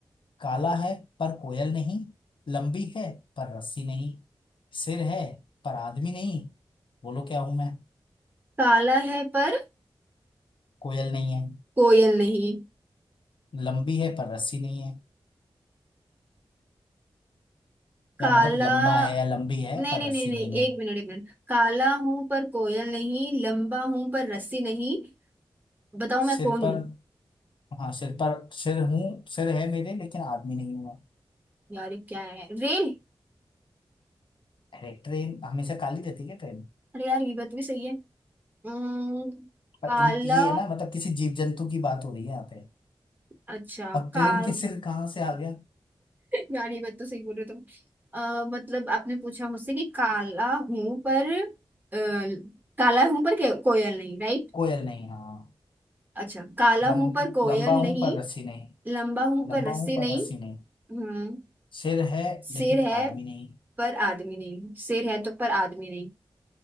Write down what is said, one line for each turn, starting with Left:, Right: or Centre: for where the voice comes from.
Left: काला है पर कोयल नहीं लंबी है पर रस्सी नहीं सिर है पर आदमी नहीं बोलो क्या हूं मैं
Right: काला है पर
Left: कोयल नहीं है
Right: कोयल नहीं
Left: लंबी है पर रस्सी नहीं है
Right: काला
Left: या मतलब लंबा है या लंबी है
Right: नहीं
Left: पर
Right: नहीं
Left: रस्सी
Right: नहीं नहीं
Left: नहीं है
Right: एक मिनट एक मिनट काला हूं पर कोयल नहीं लंबा हूं पर रस्सी नहीं बताओ मैं
Left: सिर
Right: कौन
Left: पर
Right: हूँ
Left: हाँ सिर पर सिर हूँ सिर है मेरे लेकिन आदमी नहीं हूं मैं
Right: यार ये क्या है रेल
Left: अरे ट्रेन हमेशा काली रहती है क्या ट्रेन
Right: अरे यार ये बात भी सही है हम्म, काला
Left: और इन ये है ना मतलब किसी जीव जंतु की बात हो रही है यहाँ पे
Right: अच्छा
Left: और
Right: काल
Left: ट्रेन के सिर कहाँ से आ गया
Right: यार ये बात तो सही बोल रहे हो तुम अ, मतलब आपने पूछा मुझसे कि काला हूं पर अ, काला हूं पर के- कोयल नहीं राइट
Left: कोयल नहीं हाँ
Right: अच्छा काला
Left: लम,
Right: हूं पर कोयल
Left: लंबा हूं
Right: नहीं
Left: पर रस्सी नहीं
Right: लंबा हूं
Left: लंबा
Right: पर रस्सी
Left: हूं पर
Right: नहीं
Left: रस्सी नहीं
Right: हम्म
Left: सिर है
Right: सिर
Left: लेकिन
Right: है
Left: आदमी नहीं
Right: पर आदमी नहीं सिर है तो पर आदमी नहीं